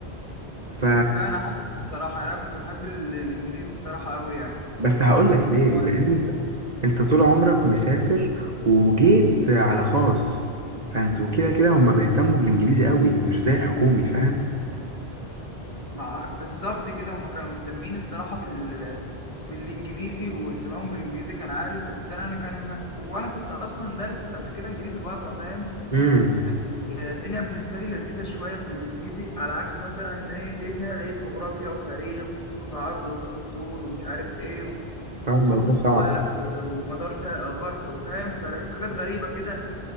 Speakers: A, on the right; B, on the left.
A: ف
B: لا انا عكسك الصراحه يعني انا كنت بحب ال- الانجليزي الصراحه قوي يعني
A: بس هقول
B: حاسس
A: لك ليه
B: ان هو
A: لان
B: لذيذ
A: انت انت طول عمرك مسافر وجيت على خاص فانتوا كده كده هم بيهتموا بالانجليزي قوي مش زي الحكومي فاهم
B: مع بالظبط كده هم كانوا مهتمين الصراحه بال بالانجليزي واهتمامهم بالانجليزي كان عالي فبالتالي انا كان وانا كنت اصلا دارس قبل كده انجليزي بره فاهم
A: امم
B: فكان الدنيا بالنسبه لي لذيذه شويه في الانجليزي على عكس مثلا ايه جيت هنا لقيت جغرافيا وتاريخ وخطوط عرض وخطوط طول ومش عارف ايه
A: الموضوع
B: وخط استواء
A: صعب
B: و- ومدار شرق غرب وفاهم فلقيت حاجات غريبه كده